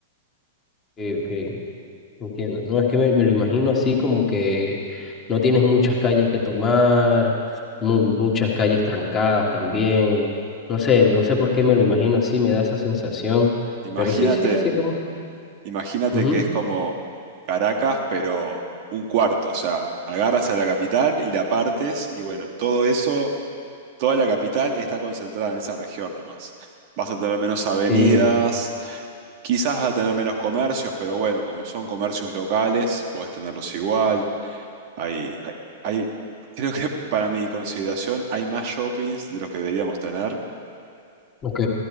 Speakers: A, on the left; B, on the right.
A: ok. ok. Entiendo, no, es que me, me lo imagino así como que no tienes muchas calles que tomar, mu- muchas calles trancadas también. No sé, no sé por qué me lo imagino así, me da esa sensación,
B: Imagínate.
A: pero sí, sí, así como.
B: Imagínate
A: ujú.
B: que es como Caracas, pero un cuarto, o sea, agarras a la capital y la partes y bueno, todo eso, toda la capital está concentrada en esa región nomás. Vas a tener menos avenidas,
A: Sí,
B: quizás vas a tener menos comercios, pero bueno, como son comercios locales, podés tenerlos igual. Hay, hay, hay- creo que para mi consideración hay más shoppings de los que deberíamos tener
A: Ok,